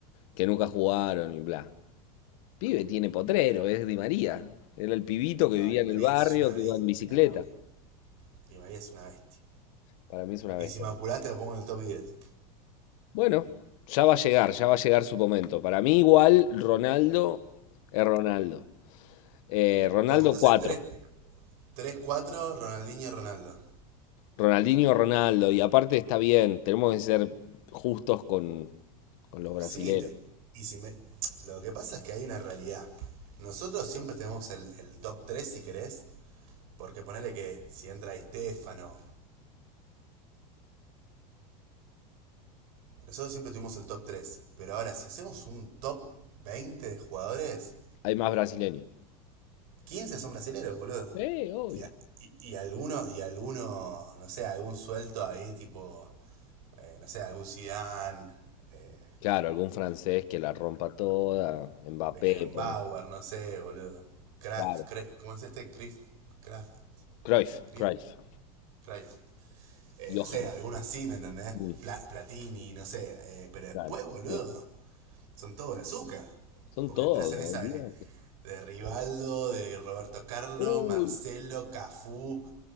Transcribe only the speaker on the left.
que nunca jugaron y bla. Pibe tiene potrero, es Di María. Era el pibito que
vivía
en el barrio,
que
iba en bicicleta.
Para mí es una
bestia.
Bueno, ya va a llegar, ya va a llegar su momento. Para mí igual Ronaldo es Ronaldo. Eh, Ronaldo
4,
Ronaldinho Ronaldo. Y aparte está bien, tenemos que ser justos con, con los brasileros.
Hay más brasileños.
Eh, obvio.
Claro, algún francés que la rompa toda. Mbappé,
pone.
Claro.
Cruyff,
Cruyff.
Johan.
Mm,
claro.
Eh,
Son
todos,
olvídate.
Uy,